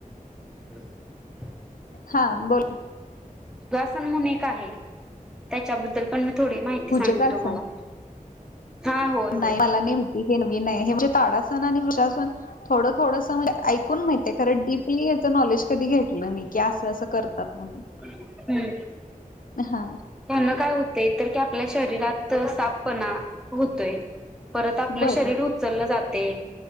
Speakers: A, in the centre; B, on the left (about 75°).
A: <unintelligible>
B: हा बोोल
A: <inaudible> आहे त्याच्याबद्दल पण मी थोडी माहिती
B: भुजंग
A: सांगन
B: आसन?
A: तुम्हाला. हा होय
B: नाही
A: होय
B: मला हे माहिती, हे नवीन हे म्हणजे ताडासन आणि वृक्षासन थोडं थोडं स. ऐकून माहिती आहे, कारण डीपीलिये याच नॉलेज कधी घेतलं नाही की असं असं करतात म्हणून.
A: हम्म
B: हां,
A: त्यांना काय होतय. तर की आपल्या शरीरा साफपणा. होतोय परत आपलं
B: बरं.
A: शरीर उचललं जात. ते